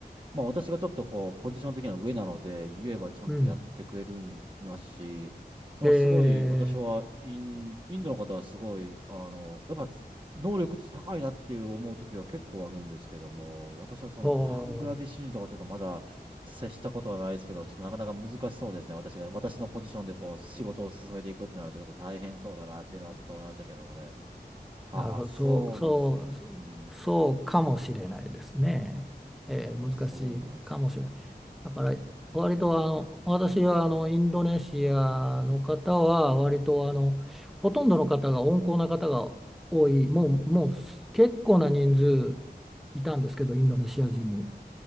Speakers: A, on the right (about 30°); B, in the centre.
A: まあ私がちょっとこう、ポジション的には上なので、言えばちゃんとやってくれるんますし、
B: うん。
A: なんかすごい私はイン、
B: ええ
A: インドの方はすごい、あの、やっぱ能力値高いなっていう思う時は結構あるんですけども、私はそのバングラディッシュ人とかちょっとまだ接したことはないですけど、
B: お
A: ちょっとなかなか難しそうですね。私が、私のポジションでこう、仕事を進めていくってなるとちょっと大変そうだなっていうのはちょっと思いましたけどもね。ああ、
B: なるほど、
A: そうなんですね。
B: そう、そう、
A: うん。
B: そうかもしれないですね。えー難しいかもしれない。
A: ええ、そうなんですね。
B: だから、割とあの、私はあの、インドネシアの方は、割とあの、ほとんどの方が温厚な方が多い、もう、もう結構な人数いたんですけど、インドネシア人